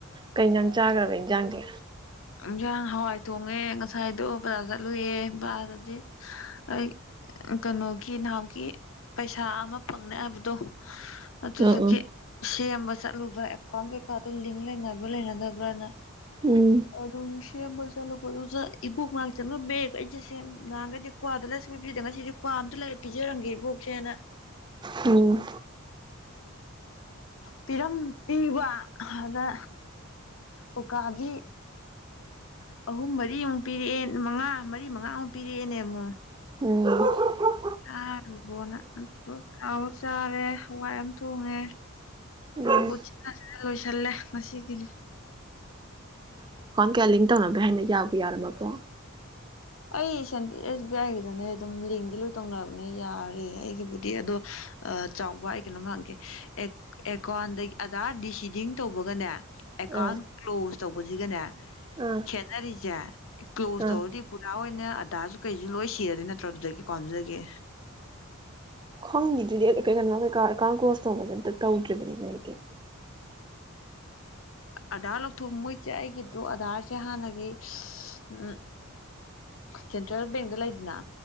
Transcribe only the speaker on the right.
ꯀꯩ ꯖꯥꯡ ꯆꯥꯈ꯭ꯔꯕ ꯏꯟꯖꯥꯡꯗꯤ
ꯑꯥ ꯑꯥ
ꯎꯝ ꯎꯝ
ꯍꯪ
ꯎꯝ
ꯎꯝ
ꯀꯌꯥꯂꯤꯡ ꯇꯧꯔꯒ ꯍꯥꯢꯕꯅꯦ ꯌꯥꯕꯨ ꯌꯥꯔꯝꯃꯕ꯭ꯔꯣ
ꯑꯥ
ꯑꯥ
ꯑꯥ
ꯈꯪꯗꯦꯗꯨꯗꯤ ꯑꯩ ꯀꯩꯅꯣ ꯀꯩꯀꯥ ꯑꯦꯀꯥꯎꯟ ꯀ꯭ꯂꯣꯁ ꯇꯧꯕꯁꯦ ꯑꯝꯇ ꯇꯧꯗ꯭ꯔꯤꯕꯅꯤꯅ ꯑꯩꯗꯤ